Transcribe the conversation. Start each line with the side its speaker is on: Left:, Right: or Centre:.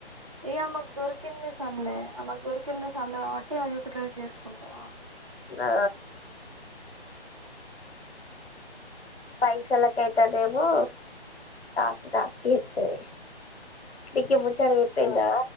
Right: ఇగ ఆమగి దొరుకింది సందే అమగ్ దోరుకి కింది సందు కాబట్టి యూటిలైజ్ చేసుకుంటా
Left: ఆ పైసలకైతేనేమో టాస్క్ టాస్క్ చేతది నిక్ ఈ ముచ్చట చెప్పిండా